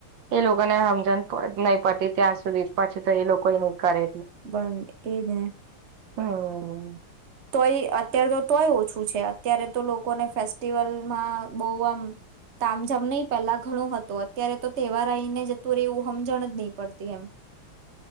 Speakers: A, on the right (about 65°); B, on the right (about 45°).
A: એ લોકોને સમજણ નહી પડતી ત્યાં સુધી પછી તો એ લોકો નહી. કરે
B: બંધ એજ ને.
A: હમ્મ.
B: તોય અત્યારે તો તોય ઓછું છે. અત્યારે તો લોકોને ફેસ્ટિવલમાં બવ આમ તામ જામ નઈ પેલા ઘણું હતું અત્યારે તો તહેવાર આઈને જતું ને રિયુ સમજણ જ નહી પડતી એમ.